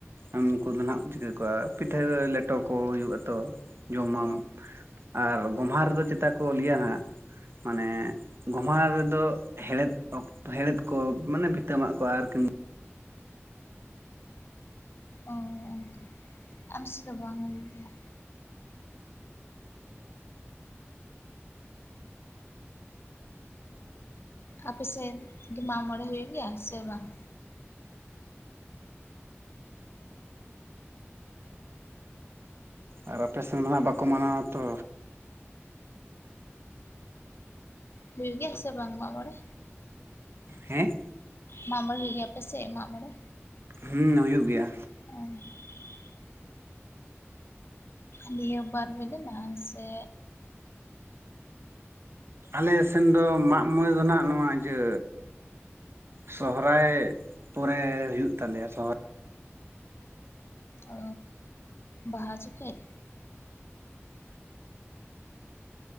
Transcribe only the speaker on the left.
ᱚ
ᱚ ᱚᱝᱠᱟ᱾ ᱟᱢᱥᱤ ᱫᱚ ᱵᱟᱝ ᱦᱩᱭᱩᱜ ᱜᱮᱭᱟ᱾ ᱟᱯᱮ ᱥᱮᱫ ᱜᱮ ᱢᱟᱜ ᱢᱚᱬᱮ ᱦᱩᱭᱩᱜ ᱜᱮᱭᱟ ᱥᱮ ᱵᱟᱝ?
ᱦᱩᱭᱩᱜ ᱜᱮᱭᱟ ᱥᱮ ᱵᱟᱝ ᱢᱟᱜ ᱢᱚᱬᱮ?
ᱢᱟᱜ ᱢᱚᱬᱮ ᱦᱩᱭᱩᱜ ᱜᱮᱭᱟ ᱟᱯᱮ ᱥᱮᱫ, ᱢᱟᱜ ᱢᱚᱬᱮ?
ᱚ ᱱᱤᱭᱟᱹ ᱵᱟᱨ ᱦᱩᱭ ᱞᱮᱱᱟ ᱥᱮ
ᱚ ᱵᱟᱦᱟ ᱡᱚᱠᱷᱮᱡ?